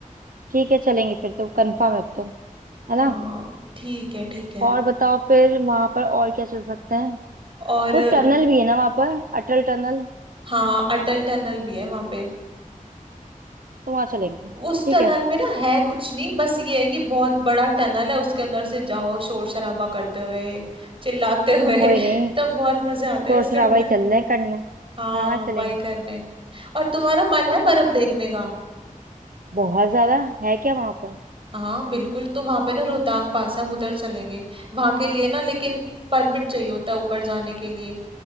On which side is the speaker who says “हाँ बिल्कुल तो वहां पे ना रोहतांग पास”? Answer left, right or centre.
Right